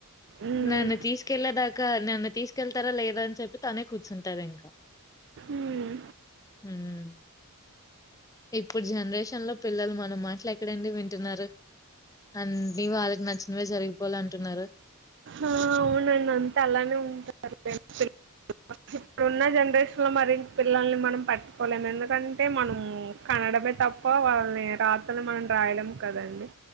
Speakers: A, on the right (about 55°); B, on the left (about 15°).
A: ఉమ్
B: నేను తీసుకెళ్ళే దాన్ కా నన్ను తీసుకెళ్తారా లేదా అని చెప్పి తనే కూర్చుంటాది ఇంక.
A: ఉమ్
B: ఉహ్ ఇప్పుడు జనరేషన్ లో పిల్లలు మట్ నా మాట్లు ఎక్కడండి వింటున్నారు. అన్నీ వాళ్ళకి నచ్చినవే జరిగిపోవాల అంటున్నారు.
A: ఆ అవునండి అంతా <unintelligible> ఇప్పుడు ఉన్న జనరేషన్ లో మరి పిల్లల్ని మనం పట్టుకోలేము ఎందుకంటే మనం కనడమే తప్ప. వాళ్ళని రాతనీ మనం రాయలేం కదండి.